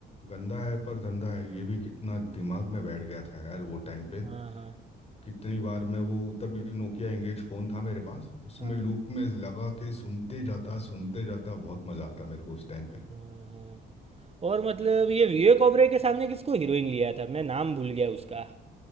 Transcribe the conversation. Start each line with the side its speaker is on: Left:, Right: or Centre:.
Left: गंदा है पर धंधा है ये भी कितना दिमाग में बैठ गया था यार वो टाइम पे
Right: हाँ हाँ
Left: कितनी बार मैं वो तभी नोकिया एंगेज फ़ोन था मेरे पास उसमें
Right: हाँ
Left: लूप में लगा के सुनते जाता सुनते जाता बहुत मज़ा आता मेरे को उस टाइम पे
Right: हाँ हाँ। और मतलब ये विवेक ओबरे के सामने किसको हीरोइन लिया था मैं नाम भूल गया उसका